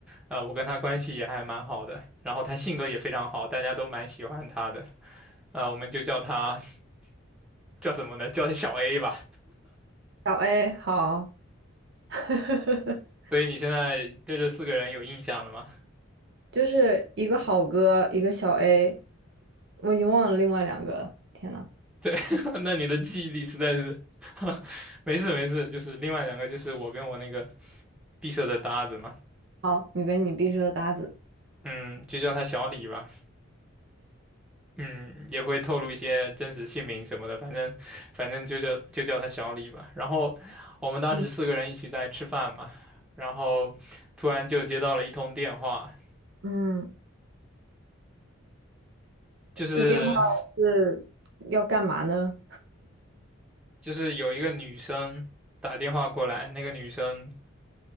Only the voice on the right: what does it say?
小 A 好，<laughs>
就是一个好哥，一个小 A，我已经忘了另外两个了。天呐，
好，你跟你必须的搭子，
嗯
嗯，
这电话是要干嘛呢？